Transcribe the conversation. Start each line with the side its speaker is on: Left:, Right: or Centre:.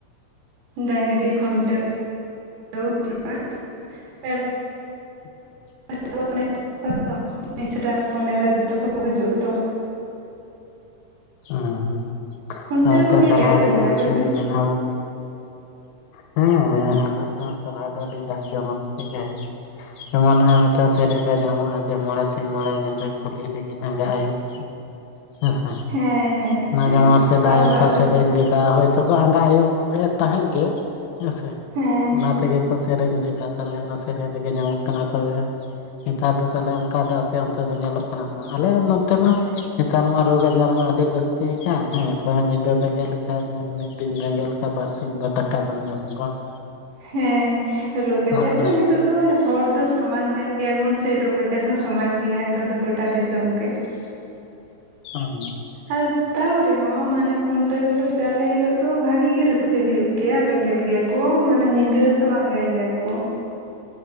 Right: ᱰᱟᱝᱨᱤ ᱠᱷᱩᱱᱴᱟᱹᱣ ᱦᱩᱭᱩᱜᱼᱟ ᱛᱟᱨ
Left: <unintelligible>
Right: <unintelligible> ᱢᱤᱥᱨᱟ ᱦᱚᱯᱚᱱᱮᱨᱟ ᱡᱷᱚᱛᱚ ᱠᱚ ᱦᱤᱡᱩᱜ ᱟᱛᱚ
Left: ᱚ ᱦᱩ
Right: ᱠᱷᱩᱱᱴᱟᱹᱣ
Left: ᱱᱮᱣᱛᱟ
Right: ᱠᱚ ᱦᱩᱭᱩᱜ
Left: ᱥᱚᱦᱚᱨᱟᱭ
Right: ᱜᱮᱭᱟ ᱥᱮ
Left: ᱨᱮ
Right: ᱵᱟᱝ
Left: ᱡᱮᱢᱚᱱ
Right: ᱜᱮ ᱟᱯᱮ
Left: ᱥᱮᱨᱮᱧ
Right: ᱥᱮᱱ?
Left: ᱢᱮᱱᱟᱜᱼᱟ ᱦᱮᱸ ᱟᱞᱮ ᱥᱮᱫ ᱥᱚᱨᱦᱟᱭ ᱫᱚ ᱟᱹᱰᱤ ᱡᱟᱸᱠ ᱡᱚᱢᱚᱠ ᱥᱟᱹᱦᱤᱡ ᱜᱮ ᱦᱩᱭᱩᱜᱼᱟ ᱾ ᱡᱮᱚᱱ ᱢᱤᱫᱴᱟᱝ ᱥᱮᱨᱮᱧ ᱨᱮ ᱧᱟᱢᱚᱜᱼᱟ ᱡᱮ ᱢᱚᱬᱮ ᱥᱤᱧ ᱢᱚᱬᱮ ᱧᱤᱫᱟᱹ ᱠᱩᱞᱦᱤ ᱨᱮᱜᱤᱧ ᱟᱸᱜᱟ ᱟᱹᱭᱩᱵ ᱦᱮᱸᱥᱮ
Right: ᱦᱮᱸ ᱦᱮᱸ ᱦᱮᱸ
Left: ᱚᱱᱮ ᱫᱚ ᱢᱟ ᱥᱮᱫᱟᱭ
Right: ᱟᱵᱚᱣᱟᱜ
Left: ᱨᱮᱠᱚ
Right: ᱫᱚ
Left: ᱥᱮᱨᱮᱧ ᱞᱮᱫᱟ ᱦᱳᱭ ᱛᱚᱠᱷᱚᱡ ᱚᱱᱠᱟ ᱟᱹᱭᱩᱨ ᱞᱮ ᱛᱟᱦᱮᱸᱫ ᱜᱮ ᱦᱮᱸᱥᱮ
Right: ᱦᱮᱸ
Left: ᱚᱱᱟ ᱛᱮᱜᱮ ᱠᱚ ᱥᱮᱨᱮᱧ ᱞᱮᱫᱟ ᱛᱟᱞᱦᱮ ᱚᱱᱟ ᱥᱮᱨᱮᱧ ᱨᱮᱜᱮ ᱧᱟᱢᱚᱜ ᱠᱟᱱᱟ ᱛᱚᱵᱮ ᱱᱮᱛᱟᱨ ᱫᱚ ᱛᱟᱞᱦᱮ ᱚᱱᱠᱟ ᱫᱚ ᱟᱯᱮ ᱚᱱᱛᱮ ᱫᱚ ᱧᱮᱞᱚᱜ ᱠᱟᱱᱟ ᱥᱮ ᱵᱟᱝ? ᱟᱞᱮ ᱱᱚᱛᱮ ᱢᱟ ᱱᱮᱛᱟᱨ ᱢᱟ ᱨᱳᱜᱽ ᱟᱡᱟᱨ ᱢᱟ ᱟᱹᱰᱤ ᱡᱟᱹᱥᱛᱤ ᱠᱟᱱ ᱦᱮᱸ ᱚᱠᱚᱭ ᱧᱤᱫᱟᱹ ᱵᱮᱸᱜᱮᱫ ᱞᱮᱠᱷᱟᱡ ᱢᱤᱫ ᱫᱤᱱ ᱵᱮᱸᱜᱮᱫ ᱞᱮᱠᱷᱟᱡ ᱵᱟᱨ ᱥᱤᱧ ᱫᱚ ᱫᱟᱠᱟ ᱵᱟᱝ ᱡᱚᱢᱚᱜᱚᱜᱼᱟ ᱾
Right: ᱦᱮᱸ ᱨᱳᱜᱽ ᱟᱡᱟᱨ
Left: ᱟᱫᱚ ᱚᱱᱟ
Right: ᱫᱚ ᱦᱤᱛᱳᱜ ᱫᱚ ᱦᱚᱲ ᱡᱚᱛᱚ ᱥᱚᱢᱟᱱ ᱠᱟᱱ ᱜᱮᱭᱟᱵᱚᱱ ᱥᱮ ᱨᱳᱜᱽ ᱟᱡᱟᱨ ᱦᱚᱸ ᱥᱚᱢᱟᱱ ᱜᱮᱭᱟ ᱱᱮᱛᱟᱨ ᱫᱚ ᱜᱚᱴᱟ ᱫᱤᱥᱚᱢ ᱜᱮ ᱾ <inaudible>
Left: ᱟᱝ
Right: ᱟᱨ ᱛᱟᱣ ᱨᱮᱦᱚᱸ ᱢᱟᱱᱮ ᱠᱷᱩᱱᱴᱟᱹᱣ ᱦᱤᱞᱳᱜ, ᱡᱟᱞᱮ ᱦᱤᱞᱳᱜ ᱫᱚ ᱵᱷᱟᱹᱜᱤ ᱜᱮ ᱨᱟᱹᱥᱠᱟᱹ ᱦᱩᱭᱩᱜ ᱜᱮᱭᱟ ᱵᱮᱸᱜᱮᱫ ᱜᱮᱭᱟ ᱠᱚ ᱢᱟᱱᱮ ᱧᱤᱫᱟᱹ ᱫᱚ ᱟᱸᱜᱟᱭ ᱜᱮᱭᱟ ᱠᱚ ᱾